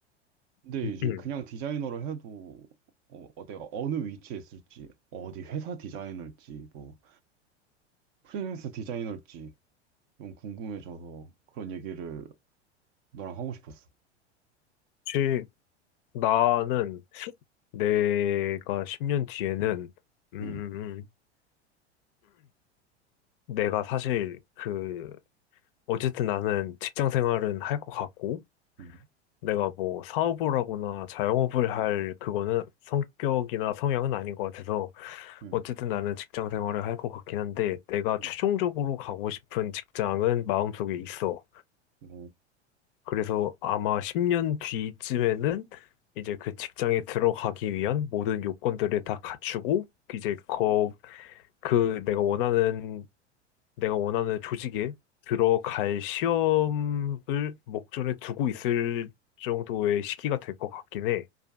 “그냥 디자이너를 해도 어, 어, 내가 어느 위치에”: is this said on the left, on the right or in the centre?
Right